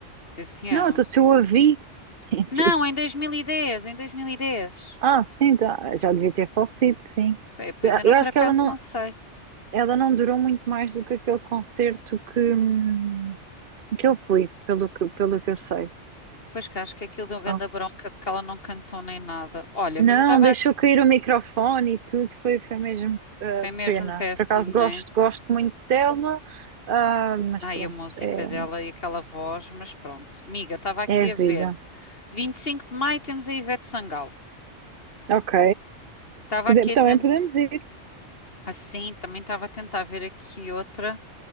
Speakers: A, on the left; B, on the right.
A: esse ano.
B: Não, então se eu a vi, <laughs>
A: Não,
B: tipo,
A: em 2010, em 2010.
B: ah, sim, tá, já devia ter falecido, sim.
A: Bem, Pois
B: Eu
A: eu não,
B: eu
A: por
B: acho
A: acaso,
B: que ela não,
A: não sei.
B: ela não durou muito mais do que aquele concerto que, hum, que eu fui, pelo que, pelo que eu sei.
A: Pois que acho que aquilo deu
B: Então,
A: grande bronca porque ela não cantou nem nada. Olha,
B: Não,
A: mas eu estava.
B: deixou cair o microfone e tudo, foi, foi mesmo eh,
A: Foi mesmo
B: pena.
A: péssimo,
B: Por acaso
A: né?
B: gosto, gosto muito dela, ah, mas
A: Ai,
B: pronto,
A: a música
B: é,
A: dela e aquela voz, mas pronto. Miga, estava aqui
B: é a
A: a ver.
B: vida.
A: 25 de maio temos a Ivete Sangalo.
B: Ok,
A: Estava
B: Pode-
A: aqui a tentar.
B: também podemos ir.
A: Assim, também estava a tentar ver aqui outra.